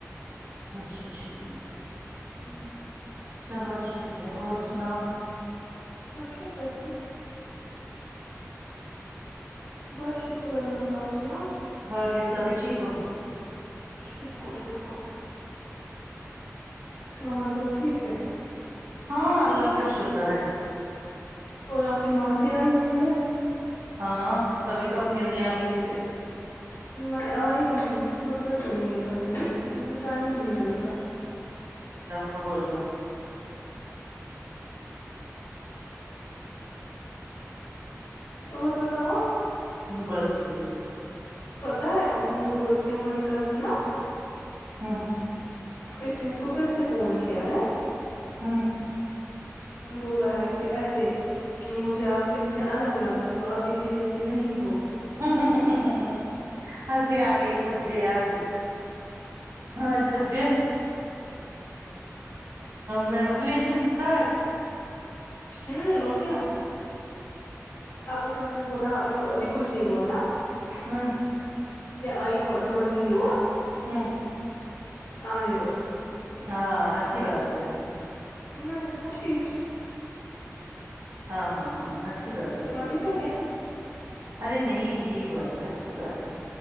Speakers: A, on the right; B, on the left.
A: اچھا ٹھیک
B: ہوں
A: چلو اچھا ھ ہے اور سناؤ
B: آکھیا ت سےے بس شکر اللہ تالی آپ سناو
A: بقی سبھی ٹھیک ہو
B: شکر شکر وہاں سب ٹھیک ہے
A: ہاں اللہ کا شکر ہے
B: اور آپ کی ماسی آئی ہوئی ہے
A: ہاں کبھی تو اپ ملنے آگئے اس سے
B: میں آئی ہی نہیں مجھے فرصت ہی نہیں ہے کسم سے مجھے ٹائم ہی نہیں ملتا
A: ا جاؤ
B: اور بتاؤا
A: بس ٹھیک
B: پتا ہے وہ بول رہی تھی ہماری کزن نا
A: ہاں ہاں
B: اس نے اس کو پھر سے فون کیا ہے
A: ہوں
B: بولا ہے کہ ایسے مجھے آپ ان سے الگ لگتی ہو آپ کے جیسی نہیں ہو
A: <inaudible> اسے آ گئی مجھے یار اچھا پھر مینپلیشن اسٹارٹ
B: ہ اور کیا آپ اس نے مجھے بولا آپ اس کو ابھی کچھ نہیں بولنا
A: ہاں
B: آئی تھوڑا تھوڑا میری اور
A: ہوں
B: آنے دو
A: ہاں اچھی بات ہے
B: میں نے کہا ٹھیک ہے
A: ہاں ہاں ہاں اچھی بات ہے اچھی
B: میں بھی
A: بات
B: کیا
A: ہے
B: کہتی
A: ارے نہیں ٹھیک بات ہے اچھی بات ہے